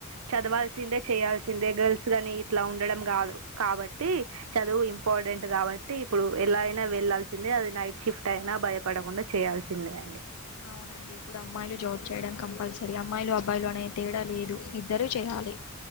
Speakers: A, on the right; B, on the left.
A: చదవాల్సిందే చేయాల్సిందే గర్ల్స్ నీ ఇట్లా ఉండడం కాదు కాబట్టి చదువు ఇంపార్టెంట్ కాబట్టి ఇప్పుడు ఎలా అయినా వెళ్లాాల్సిందే అది నైట్ షిఫ్ట్ అయినా భయపడకుండా చేయాల్సిందే అండి
B: అవునండి ఇప్పుడు అమ్మాయిలు జాబ్ చేయడం కంపల్సరీ అమ్మాయిలు అబ్బాయిలు అనే తేడా లేదు ఇద్దరూ చేయాలి